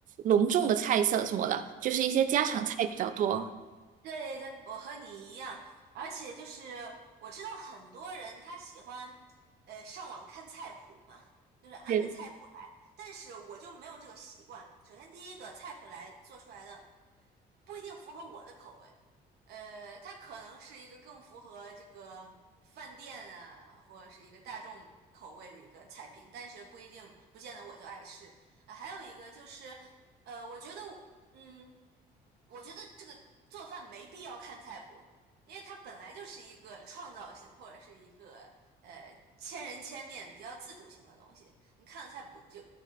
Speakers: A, on the right (about 50°); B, on the right (about 70°).
A: 隆重的菜色什么的，就是一些家常菜比较多。
B: 对对，我和你一样，而且就是我知道很多人他喜欢，呃，上网看菜谱嘛，就是按着菜谱来，
A: 对。
B: 但是我就没有这个习惯。首先，第一个菜谱来做出来的不一定符合我的口味，呃，它可能是一个更符合这个饭店啊，或者是一个大众口味的一个菜品，但是不一定不见得我就爱吃。啊，还有一个就是，呃，我觉得我嗯。我觉得这个做饭没必要看菜谱，因为它本来就是一个创造性或者是一个呃千人千面、比较自主性的东西。你看菜谱就